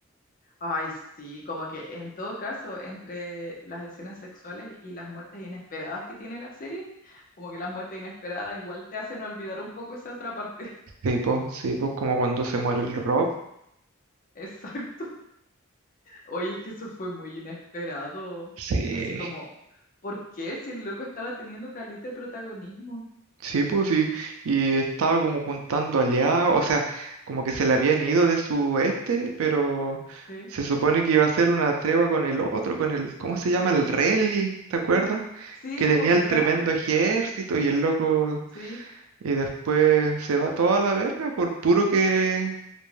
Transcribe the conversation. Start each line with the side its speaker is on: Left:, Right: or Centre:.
Left: Ay, sí, como que en todo caso, entre las escenas sexuales y las muertes inesperadas que tiene la serie, como que las muertes inesperadas igual te hacen olvidar un poco esa otra parte.
Right: Sí, pues, sí, pues como cuando se muere el Rob.
Left: <laughs> Exacto. Oye, es que eso fue muy inesperado.
Right: Sí,
Left: Así como, ¿por qué si el loco estaba teniendo calita de protagonismo?
Right: Sí, pues sí, y estaba como juntando aliados, o sea, como que se le habían ido de su este, pero
Left: Sí.
Right: se supone que iba a ser una tregua con el otro, con el, ¿cómo se llama? El Renly, ¿te acuerdas?
Left: Sí,
Right: Que tenía
Left: pues verdad.
Right: el tremendo ejército y el loco,
Left: Sí.
Right: y después se va toda la verga por puro que,